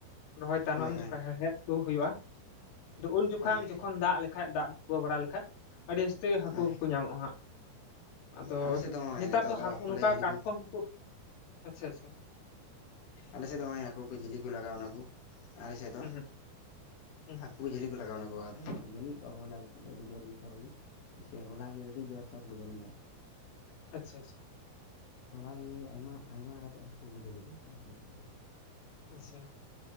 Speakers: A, on the left; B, on the left.
A: ᱨᱚᱦᱚᱭ ᱛᱟᱭᱱᱚᱢ
B: ᱦᱳᱭ ᱦᱳᱭ
A: ᱡᱚᱠᱷᱚᱡ ᱦᱮᱲᱦᱮᱫ ᱠᱚ ᱦᱩᱭᱩᱜᱼᱟ ᱛᱚ ᱩᱱ ᱡᱚᱠᱷᱟᱱ
B: ᱦᱳᱭ
A: ᱡᱚᱠᱷᱚᱱ᱾ ᱡᱚᱠᱷᱚᱱ ᱫᱟᱜ ᱞᱮᱠᱷᱟᱡ ᱫᱟᱜ ᱰᱩᱵᱟᱹ ᱵᱟᱲᱟ ᱞᱮᱠᱷᱟᱭ ᱟᱹᱰᱤ ᱡᱟᱹᱥᱛᱤ
B: ᱦᱮᱸ
A: ᱦᱟᱹᱠᱩ ᱠᱚᱠᱚ ᱧᱟᱢᱚᱜᱼᱟ ᱦᱟᱸᱜ᱾ ᱟᱫᱚ
B: ᱟᱞᱮ ᱥᱮᱫ ᱫᱚ ᱱᱚᱜᱼᱚᱭ
A: ᱱᱮᱛᱟᱨ
B: ᱱᱤᱛᱚᱜ
A: ᱫᱚ ᱦᱟᱹᱠᱩ ᱱᱚᱝᱠᱟ
B: ᱞᱮ ᱡᱷᱟᱹᱞᱤ
A: ᱠᱟᱴᱠᱚᱢ
B: ᱠᱚ
A: ᱦᱟᱹᱠᱩ ᱟᱪᱷᱟᱟ ᱟᱪᱷᱟ᱾
B: ᱟᱞᱮ ᱥᱮᱫ ᱫᱚ ᱦᱚᱸᱜᱼᱚᱭ ᱦᱟᱹᱠᱩ ᱠᱚ ᱡᱷᱟᱹᱤᱞᱤ ᱠᱚ ᱞᱟᱜᱟᱣ ᱚᱱᱟ ᱠᱚ ᱟᱞᱮ ᱥᱮᱫ ᱫᱚ᱾
A: ᱦᱩᱸ ᱦᱩᱸ ᱦᱩᱸ
B: ᱦᱟᱹᱠᱩ ᱡᱷᱟᱹᱞᱤ ᱠᱚ ᱞᱟᱜᱟᱣ ᱮᱱᱟᱠᱚ ᱟᱨ᱾ ᱡᱷᱟᱹᱞᱤᱭᱮ ᱠᱚᱭᱟᱠᱚ ᱵᱚᱞᱮ ᱟᱞᱮ ᱥᱮᱫ ᱫᱚ ᱟᱹᱰᱤ ᱡᱳᱨ ᱜᱮ ᱥᱳᱨ ᱜᱮ ᱥᱮ ᱦᱚᱞᱟ ᱜᱮ ᱟᱹᱰᱤ ᱡᱳᱨ ᱥᱳᱨ ᱠᱚ ᱡᱷᱟᱹᱞᱤ ᱞᱮᱭᱟ᱾
A: ᱟᱪᱷᱟ ᱟᱪᱷᱟ᱾
B: ᱦᱚᱞᱟᱜᱮ ᱟᱭᱢᱟ ᱟᱭᱢᱟ ᱠᱟᱛᱮ ᱦᱟᱹᱠᱩ ᱠᱚ ᱡᱷᱟᱹᱞᱤ ᱠᱮᱫ ᱠᱚᱣᱟ ᱟᱞᱮᱥᱮᱫ ᱫᱚ᱾
A: ᱟᱪᱷᱟ᱾